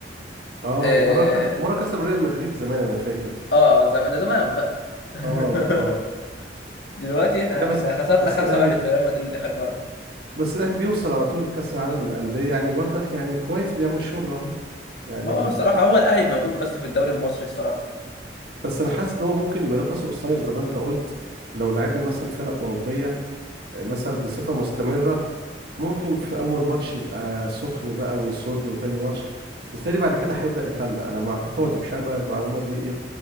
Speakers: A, on the right; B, on the left.
A: اه
B: اه,
A: مرة كس... مرة كسب ريال مدريد زمان انا فاكر
B: آه زمان ده زمان
A: لا
B: بقى <laughs>
A: اه اه
B: دلوقتي احنا
A: لا بس
B: احنا خسرنا
A: بس
B: 5-1
A: الاهلي
B: من ريال مدريد اخر مره
A: بس الاهلي بيوصل على طول لكأس العالم للأندية يعني برضك يعني كويس بيعمل شغل اهو يعني
B: ما اه الصراحه هو الاهلي موجود بس في الدوري المصري الصراحه
A: بس انا حاسس ان هو ممكن يبقى نفسه قصير زي ما انت قلت لو لعبنا مثلا فرق أوروبية آه، مثلا
B: مم.
A: بصفة مستمرة ممكن في اول ماتش يبقى سخن بقى ويصد وتاني ماتش بالتالي بعد كده هيبدأ يفلق انا مع اعتقادي مش عارف بقى المعلومة دي ايه